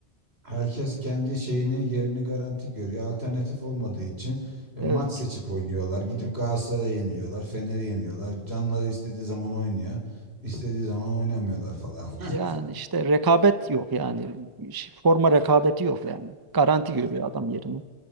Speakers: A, on the right (about 80°); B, on the right (about 25°).
A: herkes kendi şeyini, yerini garanti görüyor. Alternatif olmadığı için e,
B: Evet.
A: maç seçip oynuyorlar. Gidip Galatasaray'ı yeniyorlar, Fener'i yeniyorlar. Canları istediği zaman oynuyor, istediği zaman oynamıyorlar falan.
B: Yani
A: <laughs>
B: işte rekabet yok yani. Ş- Forma rekabeti yok yani. Garanti görüyor adam yerini.